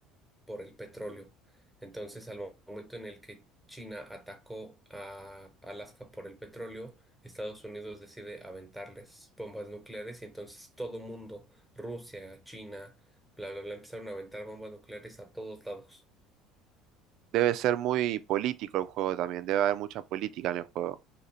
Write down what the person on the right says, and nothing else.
Debe ser muy político el juego también, debe haber mucha política en el juego.